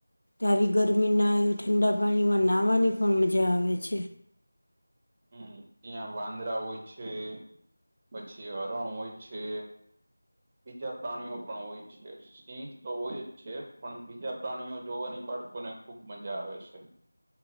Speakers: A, on the left; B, on the right.
A: આવી ગરમ ગરમીના એ ઠંડા પાણીમાં નાહવાની પણ મજા આવે છે.
B: હમ્મ ત્યાં વાંદરા હોય છે. પછી હરણ હોય છે. બીજા પ્રાણીઓ પણ હોય છે. સિંહ તો હોય જ છે પણ બીજા પ્રાણીઓ જોવાની બાળકોને ખુબ મજા આવે છે.